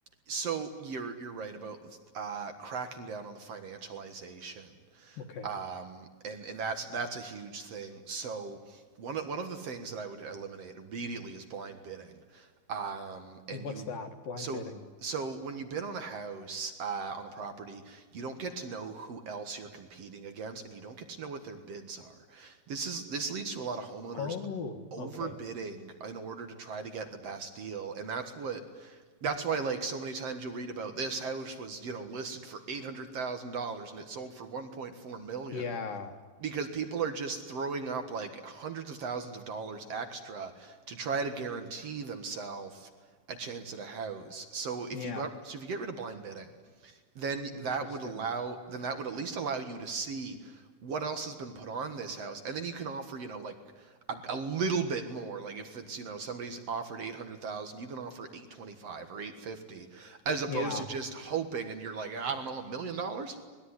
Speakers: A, on the right; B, on the left.
A: So you're you're right about uh, cracking down on the financialization
B: Okay.
A: um, and and that's that's a huge thing. So one of- one of the things that I would eliminate immediately is blind bidding, um, and
B: And what's
A: you
B: that? Blind
A: so
B: bidding.
A: so when you bid on a house uh, on a property, you don't get to know who else you're competing against, and you don't get to know what their bids are. This is this leads to a lot of homeowners
B: Oh,
A: overbidding
B: okay.
A: in order to try to get the best deal and that's what that's why like so many times you'll read about this house was you know listed for $800000 and it sold for 1.4 million
B: Yeah.
A: dollars. because people are just throwing up like hundreds of thousands of dollars extra to try to guarantee themselves a chance at a house so if
B: Yeah.
A: you got so if you get rid of blind bidding then
B: Interesting.
A: that would allow then that would at least allow you to see what else has been put on this house and then you can offer you know like a, a little bit more like if it's you know somebody's offered 800,000 you can offer 825 or 850 as opposed
B: Yeah.
A: to just hoping and you're like I don't know a million dollars